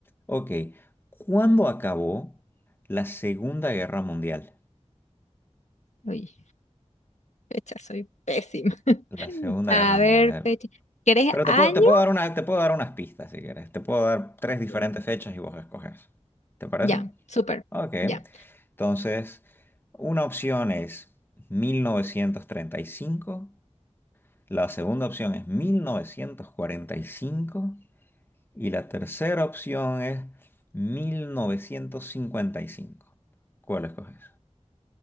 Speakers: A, on the left; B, on the left.
A: Ok. ¿Cuándo acabó la Segunda Guerra Mundial?
B: Uy, fecha, soy pésima. <laughs>
A: La Segunda
B: A
A: Guerra
B: ver,
A: Mundial.
B: fecha. ¿Quieres
A: Pero
B: año?
A: te puedo, te puedo dar una, te puedo dar unas pistas si quieres. Te puedo dar tres diferentes
B: Ya,
A: fechas y vos escoges. ¿Te parece?
B: Ya, súper.
A: Ok,
B: Ya.
A: entonces una opción es 1935, la segunda opción es mil novecientos cuarenta y cinco y la tercera opción es 1955. ¿Cuál escoges?